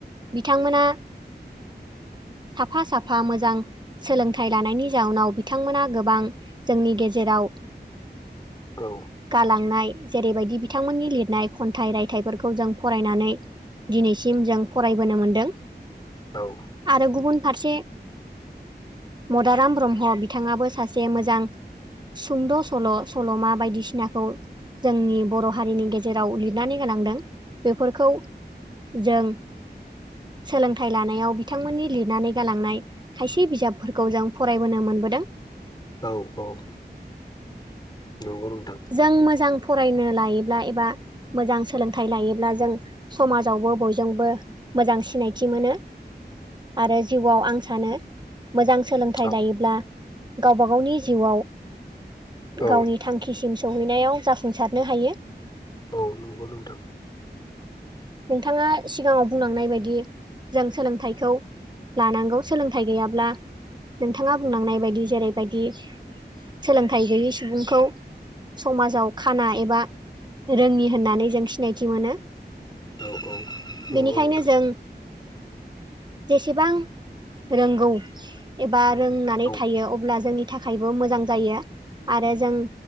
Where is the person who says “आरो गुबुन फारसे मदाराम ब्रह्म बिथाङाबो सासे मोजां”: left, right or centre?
Right